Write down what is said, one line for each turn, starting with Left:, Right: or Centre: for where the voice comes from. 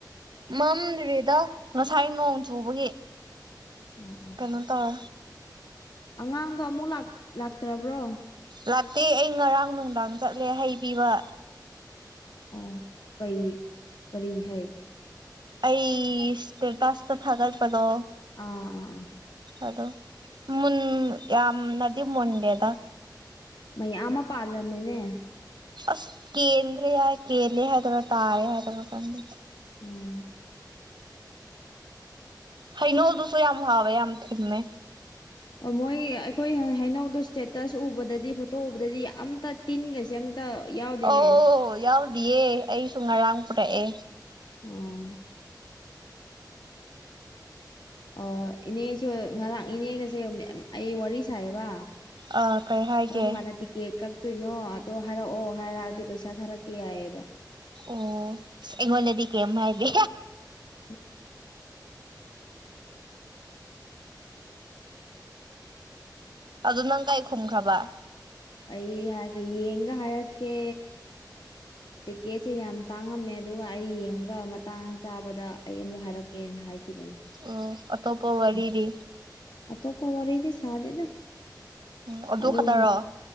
Right: ꯃꯝꯗ꯭ꯔꯤꯦꯗ ꯉꯁꯥꯏ ꯅꯣꯡ ꯆꯨꯕꯒꯤ
Left: ꯑꯣ ꯑꯣ
Right: ꯀꯩꯅꯣ ꯇꯧ
Left: ꯑꯉꯥꯡꯗꯣ ꯑꯃꯨꯛ ꯂꯥꯛꯇ꯭ꯔꯕ꯭ꯔꯣ
Right: ꯂꯥꯛꯇꯦ ꯑꯩ ꯉꯔꯥꯡ ꯅꯨꯡꯗꯥꯡ ꯆꯠꯂꯦ ꯍꯩꯕꯤꯕ
Left: ꯎꯝ ꯀꯩ ꯀꯔꯤ ꯍꯥꯏ
Right: ꯑꯩ ꯏꯁꯇꯦꯇꯁꯇꯥ ꯊꯥꯒꯠꯄꯗꯣ
Left: ꯑꯥ ꯑꯥ ꯑꯥ
Right: ꯑꯗꯣ ꯃꯨꯟ ꯌꯥꯝꯅꯗꯤ ꯃꯨꯟꯗꯦꯗꯥ
Left: ꯃꯌꯥꯝ ꯑꯃꯥ ꯄꯥꯜꯂꯝꯃꯦꯅꯦ
Right: ꯑꯁ ꯀꯦꯟꯈ꯭ꯔꯦ ꯍꯥꯏ ꯀꯦꯜꯂꯦ ꯍꯥꯏꯗꯨꯏꯔ ꯇꯥꯏꯌꯦ ꯍꯥꯏꯗꯨꯏꯔ ꯈꯪꯗꯦ
Left: ꯎꯝ
Right: ꯍꯩꯅꯣꯗꯨꯁꯨ ꯌꯥꯝ ꯍꯥꯎꯋꯦ ꯌꯥꯝ ꯊꯨꯝꯃꯦ
Left: ꯑꯃꯣꯏ ꯑꯩꯈꯣꯏ ꯍꯩꯅꯧꯗꯣ ꯏꯁꯇꯦꯇꯁ ꯎꯕꯗꯥꯗꯤ ꯐꯣꯇꯣ ꯎꯕꯗꯥꯗꯤ <unintelligible> ꯇꯤꯟꯒꯁꯦ ꯌꯥꯎꯗꯦꯅꯦ
Right: ꯑꯧ ꯌꯥꯎꯗꯤꯌꯦ ꯑꯩꯁꯨ ꯉꯔꯥꯡ ꯄꯨꯔꯛꯑꯦ
Left: ꯑꯝ ꯑ ꯏꯅꯦꯁꯨ ꯉꯔꯥꯡ ꯏꯅꯦꯒꯁꯦ ꯑꯩ ꯋꯥꯔꯤ ꯁꯥꯏꯌꯦꯕ
Right: ꯑ ꯀꯩ ꯍꯥꯏꯒꯦ
Left: ꯀꯔꯝꯀꯥꯟꯗ ꯇꯤꯛꯀꯦꯠ ꯀꯛ ꯇꯩꯅꯣ ꯑꯗꯣ ꯍꯥꯏꯔꯛꯑꯣ ꯍꯥꯏꯔꯛꯑꯗꯤ ꯄꯩꯁꯥ ꯊꯥꯔꯛꯀꯦ ꯌꯥꯏꯌꯦꯕ
Right: ꯑꯣ ꯑꯩꯉꯣꯟꯗꯗꯤ ꯀꯥꯔꯤꯝ ꯍꯥꯏꯗꯦ
Left: <unintelligible>
Right: ꯑꯗꯣ ꯅꯪ ꯀꯩ ꯈꯨꯝꯈ꯭ꯔꯥꯕ
Left: ꯑꯩ ꯍꯥꯏꯒꯦ ꯌꯦꯡꯉꯥꯒ ꯍꯥꯏꯔꯛꯀꯦ ꯇꯤꯛꯀꯦꯠꯁꯦ ꯌꯥꯝ ꯇꯥꯡꯉꯝꯃꯦ ꯑꯗꯨꯒ ꯑꯩ ꯌꯦꯡꯒ ꯃꯇꯥꯡ ꯆꯥꯕꯗ ꯑꯩ ꯑꯃꯨꯛ ꯍꯥꯏꯔꯛꯀꯦ ꯍꯥꯏꯈꯤꯕꯅꯦ
Right: ꯑꯣ ꯑꯇꯣꯞꯄ ꯋꯥꯔꯤꯗꯤ
Left: ꯎꯝ ꯑꯇꯣꯞꯄ ꯋꯥꯔꯤꯗꯤ ꯁꯥꯗꯦꯗ
Right: ꯎꯝ ꯑꯗꯨ
Left: ꯑꯗꯨꯝ
Right: ꯈꯛꯇꯔꯣ